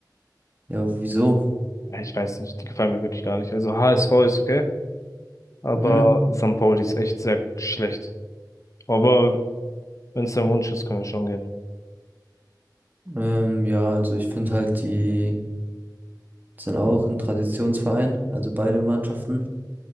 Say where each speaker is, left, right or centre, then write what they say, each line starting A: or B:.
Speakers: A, on the right; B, on the left.
A: Ja, wieso?
B: Ja, Ich weiß nicht, die gefallen mir wirklich gar nicht. Also HSV ist okay, aber
A: Mhm.
B: St. Pauli ist echt sehr schlecht. Aber wenn es dein Wunsch ist, können wir schon gehen.
A: Ähm, ja, also ich finde halt, die sind auch ein Traditionsverein, also beide Mannschaften.